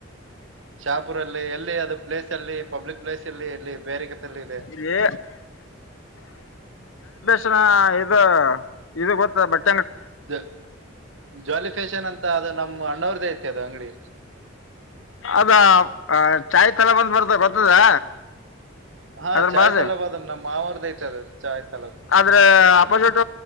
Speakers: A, on the right; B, on the left.
A: ಶಾಪುರಲ್ಲಿ ಎಲ್ ದೆ ಅದ. ಪ್ಲೇಸ್ ಅಲ್ಲಿ ಪಬ್ಲಿಕ್ ಪ್ಲೇಸ್ ಅಲ್ಲಿ ಇಲ್ಲಿ ಬೇರೆ ಕಲ್ಲಿ ಇದೆ.
B: ಇಲ್ಲಿ ಕ್ಷಣ ಇದು ಇದು ಗೊತ್ತ ಬಟ್
A: ಜಾ ಜಾಲಿ ಫ್ಯಾಷನ್ ಅಂತ ಅದೆ ನಮ್ ಅಣ್ಣ್ರದೇ ಐತಿ ಅದ ಅಂಗಡಿ.
B: ಅದ ಚಾಯ್ ತಲ ಬಂದ್ ಬರ್ತ ಬರ್ತದಾ.
A: ಹಾ
B: ಅದ್ರ
A: ಚಾಯ್
B: ಬಾಜು
A: ತಲಬ್ ಅದು ನಮ್ಮ ಮಾವರ್ದ ಐತಿ ಅದು ಚಾಯ್ ತಲಬ್
B: ಆದ್ರ ಅಪೋಸಿಟ್